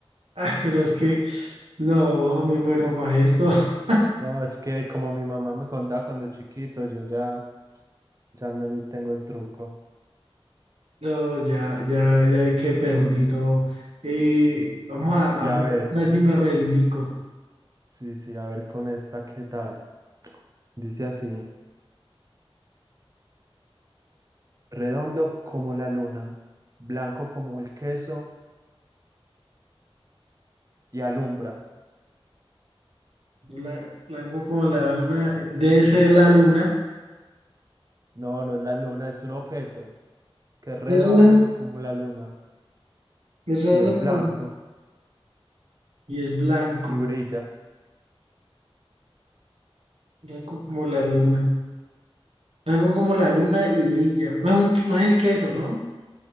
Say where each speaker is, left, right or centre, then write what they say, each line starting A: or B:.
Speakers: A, on the right; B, on the right.
A: Ah, pero es que no, muy bueno para esto. <laughs>
B: No, es que como mi mamá me contaba cuando chiquito, yo ya, ya me le tengo el truco.
A: No, ya, ya, ya hay que perdí todo. Eh, vamos a,
B: Y
A: a
B: a ver,
A: ver si me reivindico.
B: sí, sí, a ver con esta, ¿qué tal? Dice así, redondo como la luna, blanco como el queso y alumbra.
A: La, la hago como la luna, debe ser la luna.
B: No, no es la luna, es un objeto que es redondo
A: Es redondo,
B: como la luna
A: es redondo
B: y es
A: como
B: blanco
A: la- y es blanco,
B: y brilla.
A: blanco como la luna. La hago como la luna y brilla. No es, un que- no es el queso, ¿no?